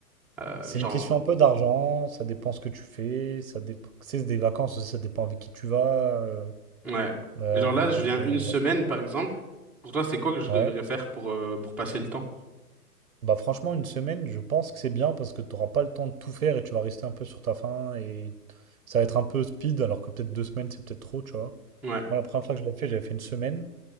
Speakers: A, in the centre; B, on the right.
A: Euh,
B: C'est
A: genre,
B: une question un peu d'argent, ça dépend ce que tu fais, ça dépend, c'est des vacances aussi, ça dépend avec qui tu vas. euh,
A: ouais.
B: euh,
A: Et genre là, je viens
B: mais
A: une semaine, par exemple. Pour toi, c'est quoi que je
B: ouais.
A: devrais faire pour, euh, pour passer le temps?
B: Bah franchement, une semaine, je pense que c'est bien parce que tu n'auras pas le temps de tout faire et tu vas rester un peu sur ta faim et ça va être un peu speed alors que peut-être deux semaines, c'est peut-être trop, tu vois.
A: Ouais.
B: Moi, la première fois que je l'avais fait, j'avais fait une semaine.